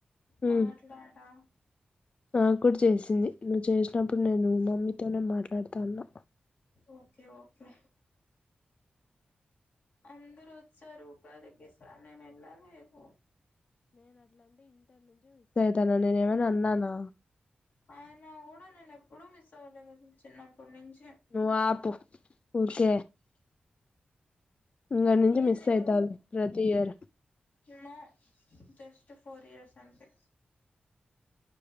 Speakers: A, on the left; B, on the left.
A: మాట్లాడా
B: ఉమ్ నాకు కూడా చేసింది నువ్వు చేసినప్పుడు నేను మమ్మీతోనే మాట్లాడుతాన్నా
A: ఓకే ఓకే అందరు వచ్చారు ఉపాధకిస్తా నే వెళ్ళలేదు
B: తను నేనే ఏమ అన్నానా
A: ఆయన కూడా నేను ఎప్పుడూ మిస్ అవ్వలేదు చిన్నప్పటి నుంచి
B: నువ్వు ఆపు ఊకే ఇక్కడి నుంచి
A: ఏంది
B: మిస్ అయితంది ప్రతి year
A: you know just four years అంతే